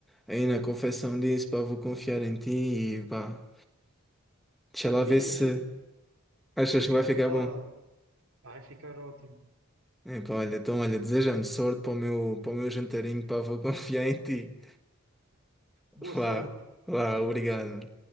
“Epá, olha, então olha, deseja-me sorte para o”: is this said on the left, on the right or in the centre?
Centre